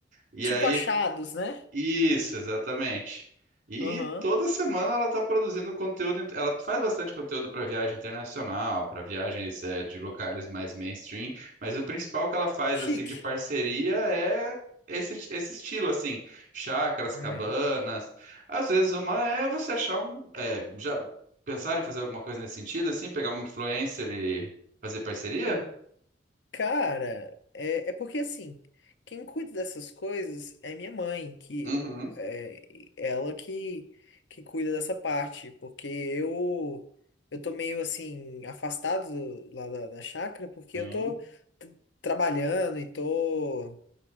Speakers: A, on the right; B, on the left.
A: E
B: Tipo
A: aí
B: achados, né?
A: isso, exatamente. E
B: Aham.
A: toda semana ela está produzindo conteúdo. Ela faz bastante conteúdo para viagem internacional, para viagens eh, de locais mais mainstream. Mas o principal que ela faz
B: Chique.
A: assim de parceria é esse, esse estilo assim, chácaras,
B: Uhum.
A: cabanas. Às vezes uma é você achar um, eh, já pensaram em fazer alguma coisa nesse sentido assim, pegar um influencer e fazer parceria?
B: Cara, é, é porque assim, quem cuida dessas coisas é minha mãe, que
A: Uhum.
B: é ela que, que cuida dessa parte, porque eu eu tô meio assim afastado do- lá da, da chácara, porque
A: Sim,
B: eu tô t- trabalhando e tô